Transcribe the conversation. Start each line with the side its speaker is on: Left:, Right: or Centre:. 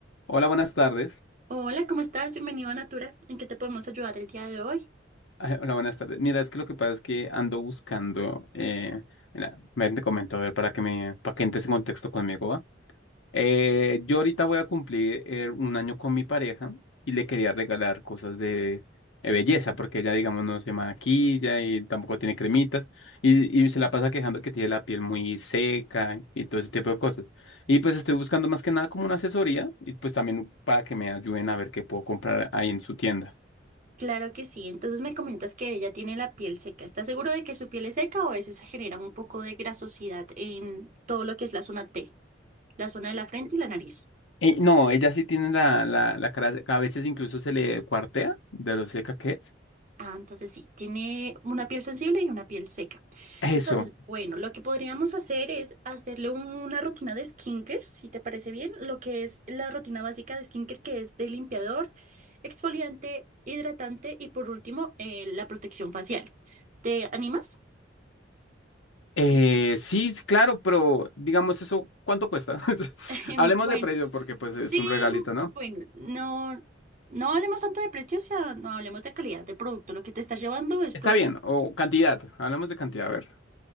Left: Hola, buenas tardes. <laughs>
Right: Hola, ¿cómo estás? Bienvenido a Natura. ¿En qué te podemos ayudar el día de hoy?
Left: Ah, Hola, buenas tardes. Mira, es que lo que pasa es que ando buscando, eh, mira, ven, te comento, a ver, para que me, para que entres en contexto conmigo, ¿va? Eh, yo ahorita voy a cumplir eh, un año con mi pareja y le quería regalar cosas de, eh, belleza, porque ella, digamos, no se maquilla y tampoco tiene cremitas y, y se la pasa quejando que tiene la piel muy seca y todo ese tipo de cosas. Y pues estoy buscando más que nada como una asesoría y pues también para que me ayuden a ver qué puedo comprar ahí en su tienda.
Right: Claro que sí. Entonces me comentas que ella tiene la piel seca. ¿Estás seguro de que su piel es seca o a veces se genera un poco de grasosidad en todo lo que es la zona T, la zona de la frente y la nariz?
Left: Eh, no, ella sí tiene la, la, la cara, a veces incluso se le cuartea de lo seca que es.
Right: Ah, entonces sí, tiene una piel sensible y una piel seca.
Left: Eso.
Right: Entonces, bueno, lo que podríamos hacer es hacerle una rutina de skincare, si te parece bien, lo que es la rutina básica de skincare, que es de limpiador, exfoliante, hidratante y por último, eh, la protección facial. ¿Te animas?
Left: Eh,
Right: Sí.
Left: sí, sí, claro, pero digamos eso, ¿cuánto cuesta? <laughs>
Right: <laughs>
Left: Hablemos
Right: Bueno,
Left: de precio porque pues es
Right: sí,
Left: un regalito, ¿no?
Right: bueno, no, no hablemos tanto de precio, o no hablemos de calidad de producto. Lo que te estás llevando es
Left: Está
Right: producto
Left: bien, o cantidad, hablemos de cantidad, a ver.